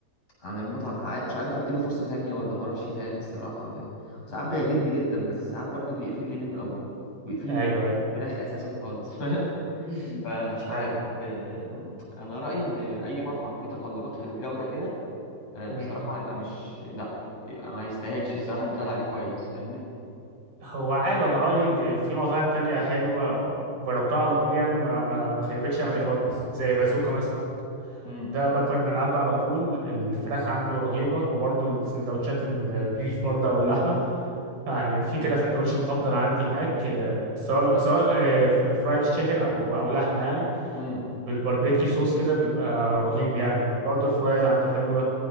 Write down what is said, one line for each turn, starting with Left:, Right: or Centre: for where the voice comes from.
Left: عن المطعم عا- مش عارف اديله فرصه تانية ولا ما اروحش تاني الصراحه ولا ايه وساعات بيعجبني
Right: امم
Left: جدا بس ساعات برضو بيقفلني منه قوي بيقفلني
Right: أيوه
Left: من
Right: أيوه
Left: الفراخ اساسا خالص <laughs>
Right: <laughs>
Left: فمش عارف
Right: أيوه
Left: آه، انا رايي ان اي مطعم فيه تقلبات في الجوده كده آه، بصراحه
Right: امم
Left: هيبقى مش لا يبقى ما يستاهلش الصراحه إنه يتقال عليه كويس فاهمني
Right: هو عادي أنا رأيي إن في مطاعم تانية حلوة جربتها على طول يعني ما ما ما خيبتش أملي خالص زي بازوكا مثلا
Left: امم
Right: ده باكل من عنده على طول الفراخ عنده رهيبة وبرضه السندوتشات البيف برضه أو اللحمة يعني في كده سندوتش مفضل عندي هناك آه، سواء سواء آه، ف- فرايد تشيكن او او لحمه يعني
Left: امم
Right: بالباربيكيو صوص كده بيبقى رهيب يعني وبرضه الفرايز عنده حلوه